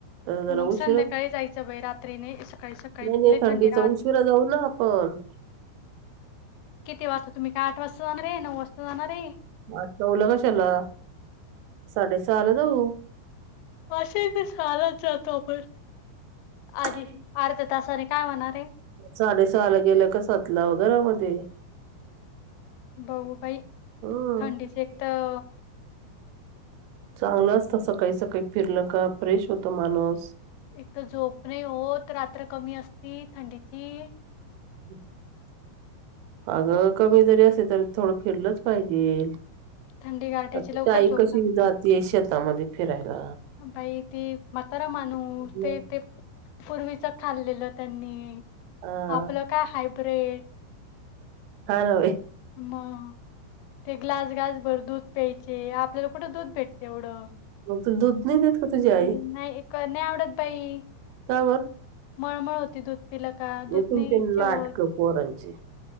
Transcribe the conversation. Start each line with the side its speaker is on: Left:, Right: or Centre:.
Right: तर जरा
Left: मग
Right: उशीरा
Left: संध्याकाळी जायचं बाई रात्री नाही सकाळी सकाळी
Right: नाही, नाही
Left: लय
Right: थंडीचा
Left: थंडी राहती.
Right: उशीरा जाऊ ना आपण. <inaudible>
Left: किती वाजता तुम्ही काय आठ वाजता जाणार हे हाय नऊ वाजता जाणार हे.
Right: म आठ, नऊला कशाला साडेसहाला जाऊ.
Left: आशे ते सहालाच जातो आपण.
Right: <unintelligible>
Left: आधी अर्ध्या तासाने काय होणार आहे
Right: साडेसहाला गेलं क सातला वगैर म्हण. ते.
Left: बघू बाई
Right: हम्म
Left: थंडीच एक तर.
Right: चांगलं असत सकाळी, सकाळी फिरलं का फ्रेश होत माणूस.
Left: एक तर झोप नाही होत. रात्र कमी असती थंडीची
Right: हम्म. अगं कमी जरी असे तरी थोडं फिरलंच पाहिजे.
Left: थंडी गारट्याची
Right: आता
Left: लवकर
Right: ई
Left: झोप
Right: कशी जातय शेतामध्ये फिरायला
Left: बाई ती मातारा मानू
Right: मग,
Left: ते ते पूर्वीच खाल्लेलं त्यांनी
Right: हा
Left: आपलं काय हायब्र्रीड
Right: हा ना बाई
Left: मग ते ग्लास गास भर दूध प्यायचे आपल्याला कुठं दूध भेटते एवढं
Right: मग तुला दूध नाही देत का तुझी आई
Left: नाही नाही आवडत बाई
Right: का बर?
Left: मळमळ होती दूध पिलं का दूधने
Right: हे तुमचे
Left: इच्छा
Right: नाटकं
Left: होत
Right: पोरांची